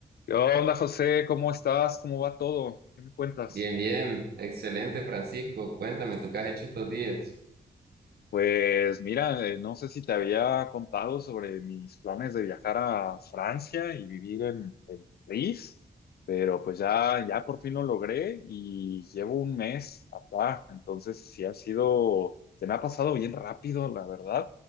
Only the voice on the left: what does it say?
¿Qué onda, José? ¿Cómo estás? ¿Cómo va todo? ¿Qué me cuentas?
Pues mira, eh, no sé si te había contado sobre mis planes de viajar a Francia y vivir en, en París, pero pues ya, ya por fin lo logré y llevo un mes acá, entonces sí ha sido, se me ha pasado bien rápido, la verdad,